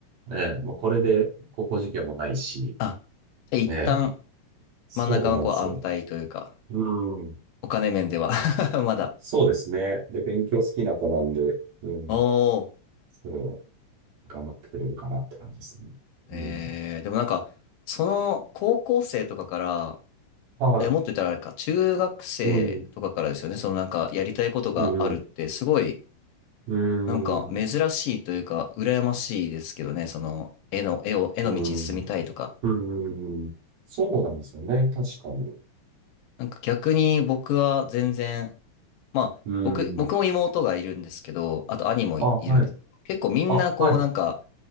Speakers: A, on the right; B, on the left.
A: ええ、もうこれで高校受験もないし、
B: あ、じゃあ一旦
A: ええ、そうなんですよ。
B: 真ん中の子は安泰というか、
A: うん、
B: お金面では <laughs> まだ。
A: そうですね。で、勉強好きな子なんで、うん、
B: おー。
A: そう、頑張ってくれるかなって感じですね。
B: えー、
A: うん。
B: でもなんか、その高校生とかから、
A: はい。
B: え、もっと言ったらあれか、中学生とかからですよね。
A: うん、
B: そのなんかやりたいことがあるって、
A: うん、
B: すごい、
A: うん、
B: なんか珍しいというか、
A: うん、
B: 羨ましいですけどね。その、絵の、絵を、絵の道に進みたいとか。
A: うん、うん、うんそうなんですよね。確かに。
B: なんか逆に僕は全然、まあ、
A: うん。
B: 僕、僕も妹がいるんですけど、あと兄もい、
A: あ、はい。
B: いるんです。結構みんなこうなんか、
A: あ、はい。